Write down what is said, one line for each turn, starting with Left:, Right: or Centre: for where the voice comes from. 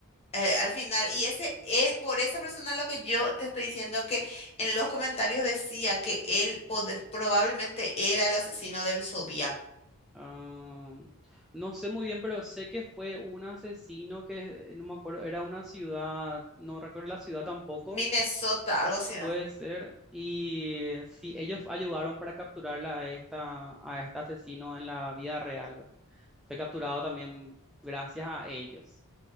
Left: eh, al final, y ese, eh, por esa persona lo que yo te estoy diciendo que en los comentarios decía que él poder- probablemente era el asesino del Zodíaco.
Centre: Ah, no sé muy bien, pero sé que fue un asesino que, eh, no me acuerdo, era una ciudad, no recuerdo la ciudad tampoco,
Left: Minnesota, algo así era.
Centre: puede ser. Y sí, ellos ayudaron para capturarla a, esta, a este asesino en la vida real, ¿verdad? Fue capturado también gracias a ellos.